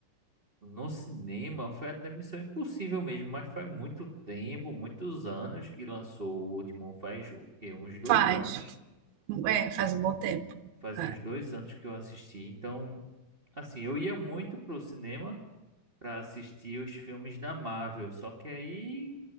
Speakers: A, on the right; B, on the right.
A: No cinema foi até Missão Impossível mesmo, mas faz muito tempo, muitos anos que lançou o último, faz o quê? Uns dois
B: Faz,
A: anos.
B: é, faz um bom tempo.
A: Faz
B: É,
A: uns dois anos que eu assisti. Então, assim, eu ia muito pro cinema para assistir os filmes da Marvel, só que aí